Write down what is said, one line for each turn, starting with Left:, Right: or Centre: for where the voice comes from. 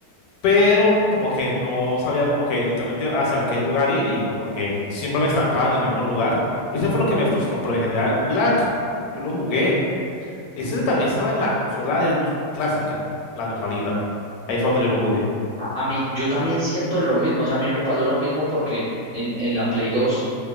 Left: pero como que no sabía como que realmente hacia qué lugar ir y como que siempre me estancaba en el mismo lugar. Y eso fue lo que me frustró, pero en general, Black, yo lo jugué, ese también estaba en la consola de Xbox clásica, la normalita. Ahí fue donde yo lo jugué.
Right: A, a mí, yo también siento lo mismo, o sea, a mí me pasó lo mismo porque en, en la Play 2